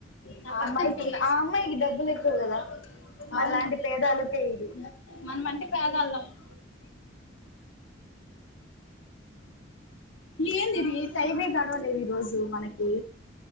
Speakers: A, on the left; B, on the left.
A: నా
B: ఆ
A: పక్కన
B: అమ్మాయికి
A: పిల్ల
B: ఆ అమ్మాయికి డబ్బులు ఎక్కువ కదా మనలాంటి
A: అవును
B: పేదాలకే ఇది
A: మనమంటే పేదోళ్ళం <inaudible>
B: ఏందిది టైమే గడవలేదు ఈ రోజు మనకి